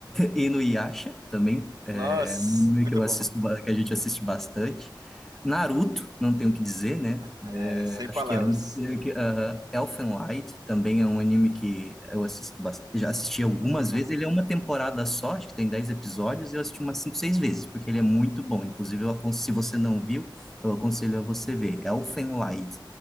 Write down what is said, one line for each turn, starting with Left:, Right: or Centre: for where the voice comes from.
Centre: E no Yasha também, é
Right: Nossa,
Centre: um anime
Right: muito
Centre: que eu
Right: bom.
Centre: assisto, ba- que a gente assiste bastante. Naruto, não tenho o que dizer, né?
Right: É,
Centre: É,
Right: sem palavras.
Centre: acho que é um dos que, que- aham. Elfen Lied também é um anime que eu assisto bastante, já assisti algumas
Right: Aham.
Centre: vezes. Ele é uma temporada só, acho que tem 10 episódios, e eu assisti umas 5 6 vezes, porque ele é muito bom. Inclusive, eu acon- se você não viu, eu aconselho a você ver. Elfen Lied.